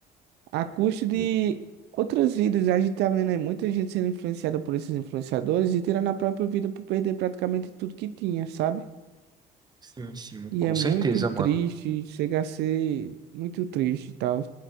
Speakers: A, on the right; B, on the right.
A: A custo de
B: E-
A: outras vidas. A gente tá vendo aí muita gente sendo influenciada por esses influenciadores e tirando a própria vida por perder praticamente tudo que tinha, sabe?
B: Sim, sim,
A: E
B: com
A: é muito
B: certeza,
A: triste,
B: mano.
A: chega a ser muito triste e tal.